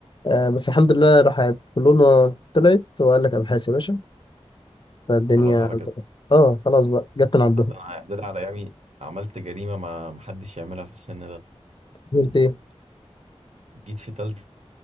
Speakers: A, on the left (about 45°); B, on the right (about 80°).
A: آه، بس الحمد لله راحت كلنا طلعت وقال لك أبحاث يا باشا فالدنيا
B: خلاص على
A: ظبطت
B: كده
A: اه خلاص بقى جت من عندهم
B: ده أنا ده أنا على ايامي عملت جريمه ما محدش يعملها في السن ده
A: قلت ايه
B: جيت في تالتة